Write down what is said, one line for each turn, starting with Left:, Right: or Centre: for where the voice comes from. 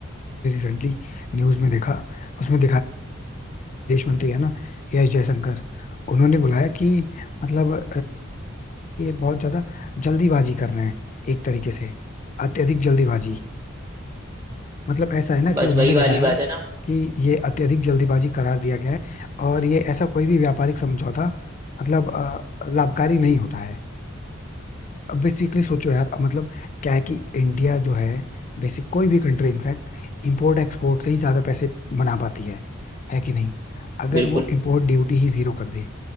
Left: कि न्यूज का उसमें दिया ना ए अजगर उन्होंने ही, मतलब ज्यादा जल्द में एक तरीके से अत्यधिक मतलब
Right: बस
Left: कि उन्होंने
Right: वही वाली
Left: बताया
Right: बात है ना
Left: कि ये अत्यधिक जल्दीबाजी करार दिया गया है और ये ऐसा कोई भी व्यापारिक समझौता मतलब अ, लाभकारी नहीं होता है अब बेसिकली सोचो यार अब मतलब क्या है कि इंडिया जो है बेसिक कोई भी कंट्री इनफैक्ट इंपोर्ट एक्सपोर्ट से ही ज्यादा पैसे बना पाती है है कि नहीं अगर
Right: बिल्कुल
Left: वो इंपोर्ट ड्यूटी ही जीरो कर दे